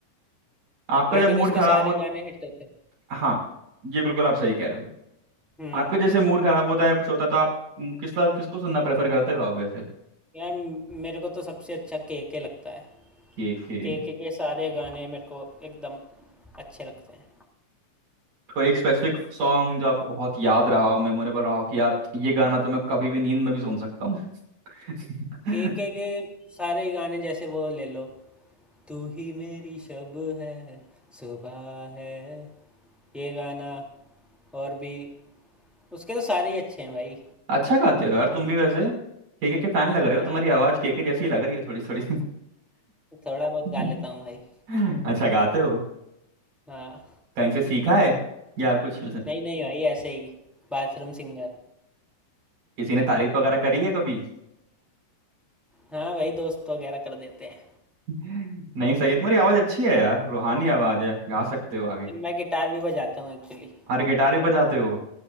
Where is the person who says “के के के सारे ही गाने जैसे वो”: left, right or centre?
Centre